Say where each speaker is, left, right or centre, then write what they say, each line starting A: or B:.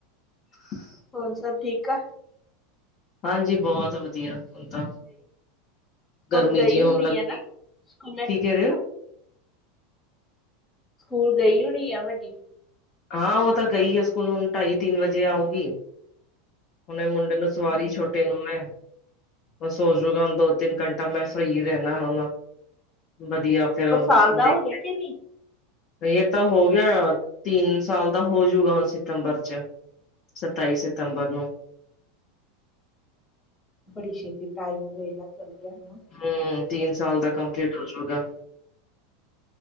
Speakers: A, on the left; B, on the left.
A: <unintelligible>
B: ਹੋਰ ਸਭ ਠੀਕ ਆ?
A: ਹਾਂਜੀ ਬਹੁਤ ਵ ਵਧੀਆ ਹੁਣ ਤਾਂ, ਗਰਮੀ
B: ਹੁਣ ਗਈ
A: ਜੀ ਹੋਣ
B: ਹੋਣੀ
A: ਲੱਗ
B: ਆ ਨਾ
A: ਰਹੀ।
B: ਸਕੂਲੇ
A: ਕੀ ਕਹਿ ਰਹੇ ਹੋ?
B: ਸਕੂਲ ਗਈ ਹੋਣੀ ਆ ਵੱਡੀ?
A: ਹਾਂ ਉਹ ਤਾਂ ਗਈ ਆ ਸਕੂਲ ਹੁਣ ਢਾਈ-ਤਿੰਨ ਵਜੇ ਆਊਗੀ। ਹੁਨੇ ਮੁੰਡੇ ਨੂੰ ਸਵਾ
B: ਹੂੰ,
A: ਰਹੀ ਛੋਟੇ ਨੂੰ ਮੈਂ। ਉਹ ਸੋ ਜੂਗਾ ਹੁਣ ਦੋ-ਤਿੰਨ ਘੰਟਾ ਮੈਂ ਫਰੀ ਰਹਿਣਾ ਹੁਣ, ਵਧੀਆ। ਫੇਰ
B: ਉਹ ਸਾਲ ਦਾ
A: ਦੇਖ,
B: ਹੋ ਗਿਆ ਕਿ ਨਹੀ?
A: ਇਹ ਤਾਂ ਹੋ ਗਿਆ ਤਿੰਨ ਸਾਲ ਦਾ ਹੋਜੂਗਾ ਹੁਣ ਸਤੰਬਰ 'ਚ। ਸਤਾਈ ਸਿਤੰਬਰ ਨੂੰ।
B: ਬੜੀ ਛੇਤੀ ਟਾਈਮ ਵੇਲਾ ਚੱਲ ਗਿਆ ਨਾ।
A: ਹੂੰ ਤੀਨ ਸਾਲ ਦਾ ਕੰਪਲੀਟ ਹੋਜੂਗਾ।